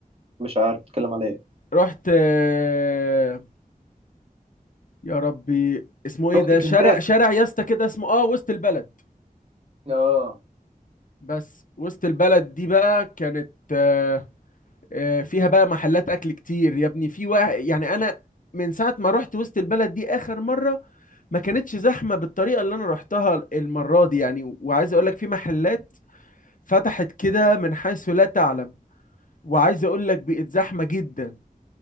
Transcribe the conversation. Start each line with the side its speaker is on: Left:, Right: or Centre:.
Right: مش عارف تتكلم على ايه
Left: رحت آه، يا ربي اسمه ايه
Right: رحت
Left: ده
Right: كنتاكي
Left: شارع شارع يا اسطى كده اسمه اه وسط البلد
Right: اه
Left: بس وسط البلد دي بقى كانت آه، آه، فيها بقى محلات اكل كتير يا ابني في واحد يعني انا من ساعه ما رحت وسط البلد دي اخر مره ما كانتش زحمه بالطريقه اللي انا رحتها المره دي يعني وعايز اقول لك في محلات فتحت كده من حيث لا تعلم وعايز اقول لك بقت زحمه جدا